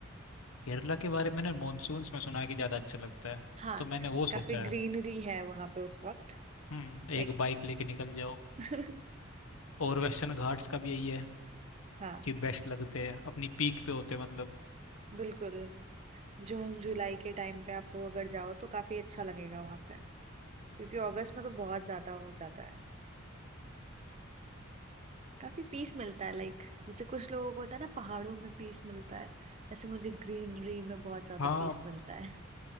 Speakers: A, on the left; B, on the right.
A: केरला के बारे में मैंने मानसून में सुना है कि ज्यादा अच्छा लगता है
B: हाँ
A: तो मैंने वो सोचा
B: काफी ग्रीनरी
A: है
B: है वहां पे उस वक्त
A: हम्म एक
B: लाइक
A: बाइक लेके निकल जाओ
B: <laughs>
A: और वेस्टर्न घाट्स का भी यही है
B: हाँ
A: कि बेस्ट लगते हैं अपनी पीक पे होते हैं मतलब
B: बिल्कुल जून जुलाई के टाइम पे आप लोग अगर जाओ तो काफी अच्छा लगेगा वहां पे क्योंकि अगस्त में तो बहुत ज्यादा हो जाता है काफी पीस मिलता है लाइक जैसे कुछ लोगों को होता है ना पहाड़ों में पीस मिलता है ऐसे मुझे ग्रीनरी में बहुत ज्यादा
A: हाँ
B: पीस मिलता है